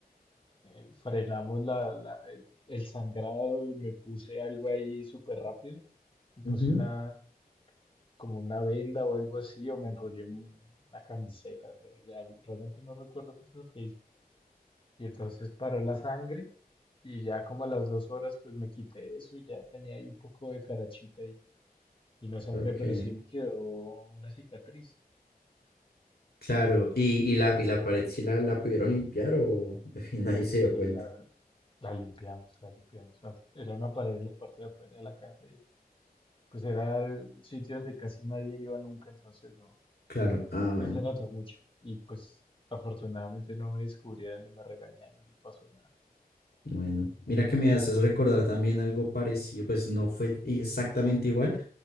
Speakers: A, on the left (about 30°); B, on the left (about 75°).
A: eh, frenamos la, la- el, el sangrado y me puse algo ahí súper rápido. Me puse
B: Ujú,
A: una, como una venda o algo así, o me enrollé un- una camiseta. Real- Realmente no recuerdo qué fue lo que hice. Y entonces paró la sangre y ya como a las dos horas pues me quité eso y ya tenía ahí un poco de carachita y, y no sangré,
B: Ok,
A: pero sí me quedó una cicatriz.
B: claro. ¿Y, y la, y la pared sí la, la pudieron limpiar o <laughs> de fin nadie se
A: Sí,
B: dio cuenta?
A: la, la limpiamos, la limpiamos. Era una pared en la parte de afuera de la casa y pues era el sitio donde casi nadie iba nunca, entonces no,
B: Claro, ah, bueno,
A: no se notó mucho. Y pues afortunadamente no me descubrieron ni me regañaron ni pasó nada.
B: bueno. Mira que me haces recordar también algo parecido, pues no fue exactamente igual,